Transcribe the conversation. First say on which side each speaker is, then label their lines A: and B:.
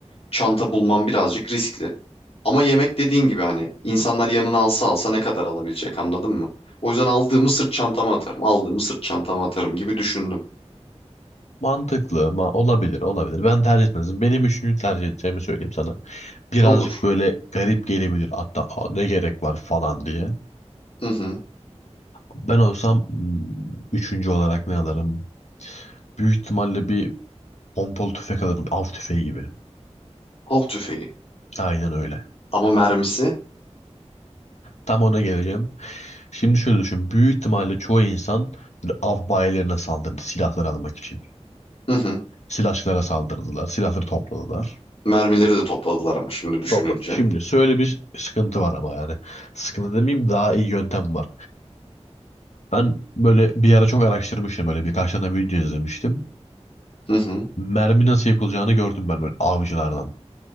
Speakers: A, on the left; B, on the left.
A: çanta bulmam birazcık riskli. Ama yemek dediğin gibi hani insanlar yanına alsa alsa ne kadar alabilecek anladın mı? O yüzden aldığımı sırt çantama atarım. Aldığımı sırt çantama atarım gibi düşündüm.
B: Mantıklı ma olabilir olabilir. Ben tercih etmezdim. Benim üçüncü tercih edeceğimi söyleyeyim sana. birazcık
A: Olur.
B: böyle garip gelebilir. Hatta "Aa, ne gerek var falan diye.
A: Hı hı.
B: Ben olsam hmm, üçüncü olarak ne alırım? Büyük ihtimalle bir pompalı tüfek alırım. Av tüfeği gibi.
A: Av tüfeği.
B: Aynen öyle.
A: Ama mermisi?
B: Tam ona geleceğim. Şimdi şöyle düşün. Büyük ihtimalle çoğu insan böyle av bayilerine saldırdı silahlar almak için.
A: Hı hı.
B: Silahçılara saldırdılar. Silahları topladılar.
A: Mermileri de topladılar ama şimdi düşününce.
B: Topla. Şimdi şöyle bir sıkıntı var ama yani. Sıkıntı demeyeyim daha iyi yöntem var. Ben böyle bir ara çok araştırmıştım. Böyle birkaç tane video izlemiştim.
A: Hı hı.
B: Mermi nasıl yapılacağını gördüm ben böyle avcılardan.